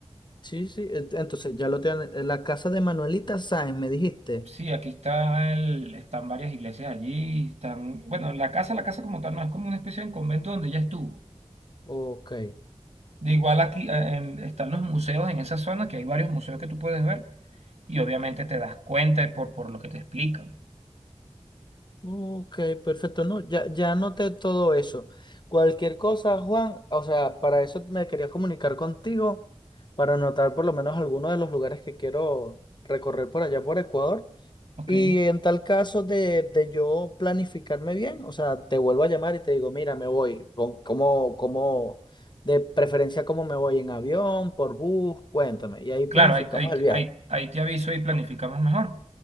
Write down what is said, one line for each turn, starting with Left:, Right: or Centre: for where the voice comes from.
Left: Sí, sí, ent- entonces ya lo tienen. La casa de Manuelita Sáenz, me dijiste.
Right: Sí, aquí está el, están varias iglesias allí, están, bueno, la casa, la casa como tal no es como una especie de convento donde ya estuvo.
Left: Ok,
Right: De igual aquí eh, en- están los museos en esa zona, que hay varios museos que tú puedes ver y obviamente te das cuenta por, por lo que te explican.
Left: ok, perfecto. No, ya, ya anoté todo eso. Cualquier cosa, Juan, o sea, para eso me quería comunicar contigo, para anotar por lo menos algunos de los lugares que quiero recorrer por allá por Ecuador.
Right: Ok.
Left: Y en tal caso de, de yo planificarme bien, o sea, te vuelvo a llamar y te digo, mira, me voy, con- ¿cómo, cómo, de preferencia cómo me voy en avión, por bus, cuéntame. Y ahí planificamos
Right: Claro, ahí, ahí,
Left: el viaje.
Right: ahí, ahí te aviso y planificamos mejor.